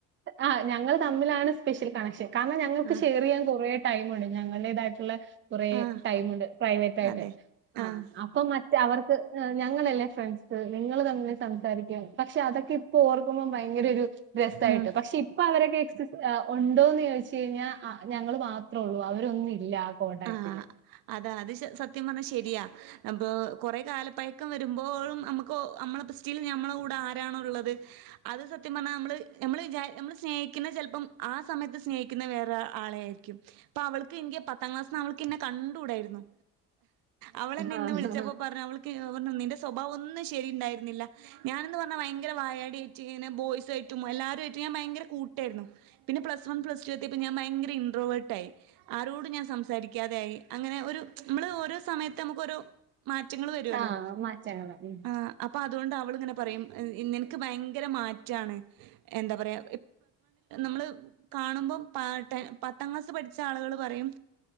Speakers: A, on the right (about 35°); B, on the right (about 75°).
A: ആ ഞങ്ങൾ തമ്മിലാണ് സ്പെഷ്യൽ കണക്ഷൻ കാരണം ഞങ്ങൾക്ക്
B: ആഹ്
A: ഷെയർ ചെയ്യാൻ കുറേ ടൈമുണ്ട് ഞങ്ങളടേതായിട്ടുള്ള കുറ
B: ആഹ്
A: ടൈമുണ്ട് പ്രൈവറ്റ് ആയിട്ട്
B: അതെ
A: ആ
B: ആഹ്
A: അപ്പൊ മറ്റ അവർക്ക് ഞങ്ങളല്ലേ ഫ്രണ്ട്സ് നിങ്ങൾ തമ്മിൽ സംസാരിക്കും പക്ഷെ അതൊക്കെ ഇപ്പ ഓർക്കുമ്പോ ഭയങ്കര ഒരു രസായിട്ട്
B: ഉം
A: പക്ഷെ ഇപ്പൊ അവരൊക്കെ ആ ഉണ്ടോന്ന് ചോദിച് കഴിഞ്ഞാൽ ഞങ്ങൾ മാത്രമേ ഉള്ളൂ അവരൊന്നും ഇല്ല കോൺടാക്റ്റില്.
B: ആഹ അതാ അത് സത്യം പറഞ്ഞാൽ ശരിയാ പ്പൊ കൊറെ കാലപ്പഴക്കം വരുമ്പോഴും നമുക്ക് നമ്മളെ പസ്റ്റീൽ നമ്മളെ കൂടെ ആരാണുള്ളത് അത് സത്യം പറഞ്ഞാൽ നമ്മള് നമ്മൾ വിചാ നമ്മൾ സ്നേഹിക്കുന്ന ചം ആ സമയത്ത് സ്നേഹിക്കുന്ന വേറെ ആളെ ആായിരിക്കും അപ്പൊ അവൾക്ക് എനിക്ക് പ പത്താംക്ലാസ്റ്റ് അവൾക്ക്ന്നെ കണ്ടു ടായിരുന്നു അവൾ എന്നെ
A: ആഹ്
B: ഇന്ന് വിളിച്ചപ്പോ പറഞ്ഞു അവൾ പറഞ്ഞു നിന്റെ സ്വഭാവം ഒന്നും ശരി ഉണ്ടായിരുന്നില്ല ഞാനന്ന് പറഞ്ഞാൽ ഭയങ്കര വായാടി ഇങ്ങെ ബോയ്സ്യട്ട് പറ്റുമോ എല്ലാരും ആറ്റും ഞാൻ റ്റും ഉം ഉം ഭയങ്കരകൂട്ടായിരുന്നു പിന്നെ പ്ലസ് വൺ പ്ലസ് ടു എത്തിയപ്പ ഞാൻ ഭയര ഇട്രോവേർട്ട ആയി. ആരോട് ഞാൻ സംസാരിക്കാതെ ആയി അങ്ങനെ ഒരു നമ്മള് ഓരോ സമയത്ത് നമുക്കരു മാറ്റങ്ങൾ വരുവല്ലോ
A: ആ മാറ്റങ്ങള് ഉം.
B: ആ അപ്പൊ അതൊണ്ട്ങ്ങനെ അവളിങ്ങനെ പറയും നിനക്ക് ഭയങ്കര മാറ്റാണ് എന്താ പറയാ നമ്മള് കാണുമ്പം പാട്ടെ പത്താം ക്ലാസ് പഠിച്ച ആളുകൾ പറയും